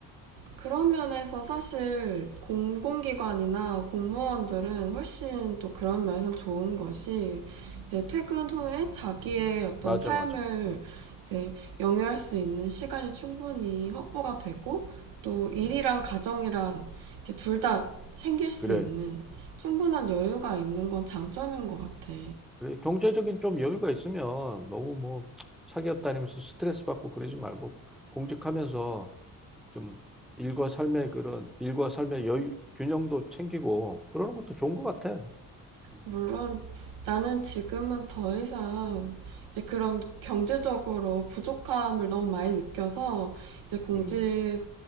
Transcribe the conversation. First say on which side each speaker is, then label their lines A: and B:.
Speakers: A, on the right (about 80°); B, in the centre.
A: 그런 면에서 사실 공공기관이나 공무원들은 훨씬 또 그런 면에서 좋은 것이 이제 퇴근 후에 자기의 어떤
B: 맞아
A: 삶을
B: 맞아 음,
A: 이제 영위할 수 있는 시간이 충분히 확보가 되고 또 일이랑
B: 음,
A: 가정이랑 둘다 챙길 수
B: 그래
A: 있는
B: 어,
A: 충분한 여유가 있는 건 장점인 것 같아.
B: 그래 경제적인 좀 여유가 있으면 너무 뭐 사기업 다니면서 스트레스 받고 그러지 말고 공직하면서 좀 일과 삶의 그런 일과 삶의 여유 균형도 챙기고 그러는 것도 좋은 것 같아 음,
A: 물론 나는 지금은 더 이상 이제 그런 경제적으로 부족함을 너무 많이 느껴서 이제 공직
B: 음.